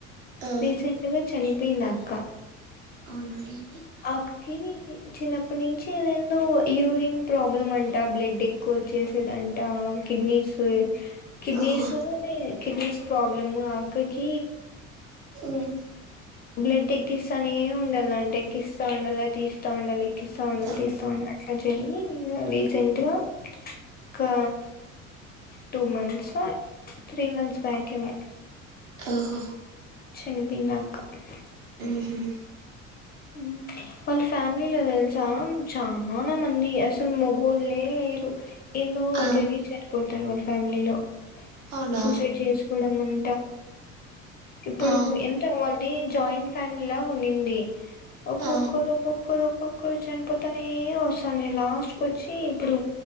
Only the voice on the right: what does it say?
ఆ
అవున ఎ
ఓహో
ఉమా
ఓహో
ఓహో
ఉం హుమ్
ఆ
అవునా
ఆ
ఆ